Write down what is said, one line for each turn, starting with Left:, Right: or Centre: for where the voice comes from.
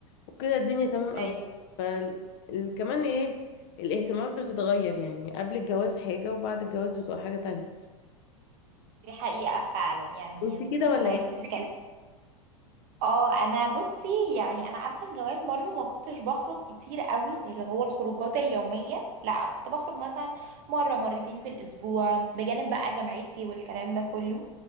Left: وكده الدنيا تمام قوي
Right: ايوه
Left: فال... ال- كمان ايه الاهتمامات بتتغير يعني قبل الجواز حاجة وبعد الجواز بتبقى حاجة تانية
Right: دي حقيقة فعلا يعني
Left: انت
Right: أنا متفقة
Left: كده ولا
Right: معاكي
Left: ايه؟
Right: في الكلام اه انا بصي يعني انا قبل الجواز برضو ما كنتش بخرج كتير قوي اللي هو الخروجات اليومية لا كنت بخرج مثلا مرة مرتين في الاسبوع بجانب بقى جامعتي والكلام ده كله